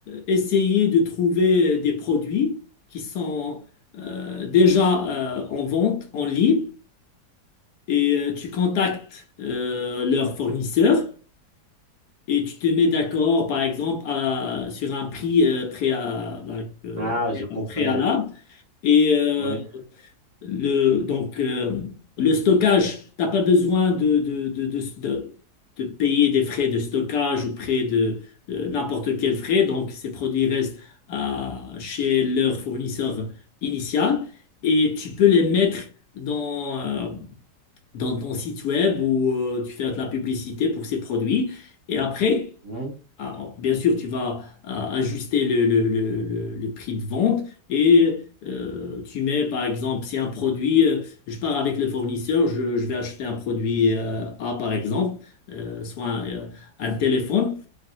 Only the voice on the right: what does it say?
Ah,
j'ai compris.
Oui.
Mhm.